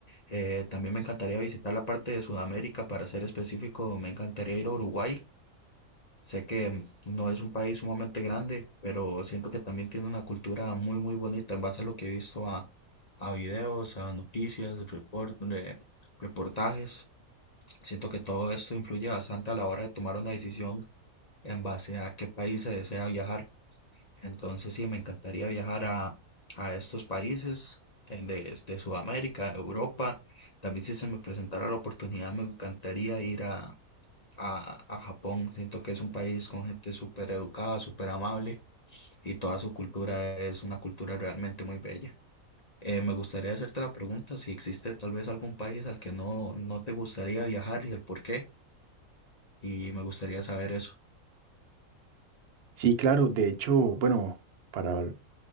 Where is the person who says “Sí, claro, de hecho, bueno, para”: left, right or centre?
Right